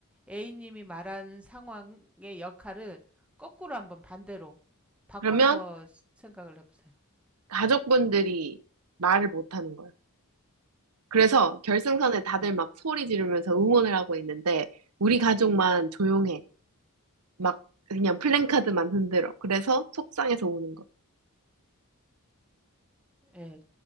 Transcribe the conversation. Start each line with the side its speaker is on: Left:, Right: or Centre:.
Centre: A님이 말하는 상황의 역할을 거꾸로 한번 반대로 바꿔서
Right: 그러면
Centre: 생각을 해보세요.
Right: 가족분들이 말을 못하는 거예요. 그래서 결승선에 다들
Centre: 네,
Right: 막 소리 지르면서 응원을 하고 있는데 우리 가족만 조용해. 막 그냥 플랜카드만 흔들어. 그래서 속상해서 우는 거.
Centre: 네,